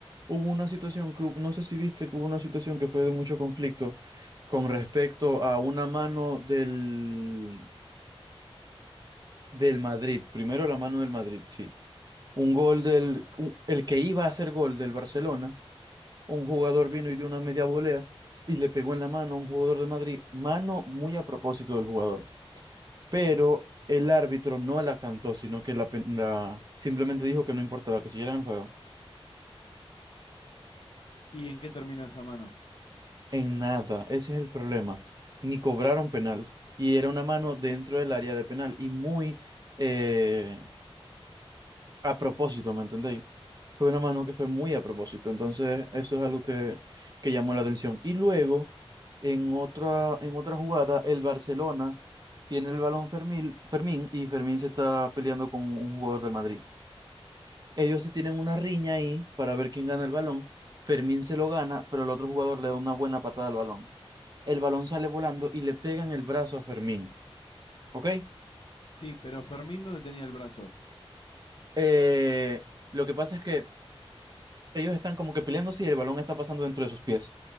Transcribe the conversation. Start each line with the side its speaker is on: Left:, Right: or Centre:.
Right: Hubo una situación que, hu- no sé si viste que hubo una situación que fue de mucho conflicto con respecto a una mano del, del Madrid. Primero la mano del Madrid, sí. Un gol del, u- el que iba a hacer gol del Barcelona, un jugador vino y dio una media volea y le pegó en la mano a un jugador del Madrid. Mano muy a propósito del jugador. Pero el árbitro no la cantó, sino que la, pen- la- simplemente dijo que no importaba, que siguieran el juego.
Left: ¿Y en qué terminó esa mano?
Right: En nada, ese es el problema. Ni cobraron penal. Y era una mano dentro del área de penal. Y muy eh, a propósito, ¿me entendéis? Fue una mano que fue muy a propósito. Entonces, eso es algo que, que llamó la atención. Y luego, en otra, en otra jugada, el Barcelona tiene el balón Fermín, Fermín y Fermín se está peleando con un jugador del Madrid. Ellos se tienen una riña ahí para ver quién gana el balón. Fermín se lo gana, pero el otro jugador le da una buena patada al balón el balón sale volando y le pegan el brazo a Fermín, ¿ok?
Left: Sí, pero Fermín, ¿dónde tenía el brazo?
Right: Eh, lo que pasa es que ellos están como que peleándose y el balón está pasando dentro de sus pies.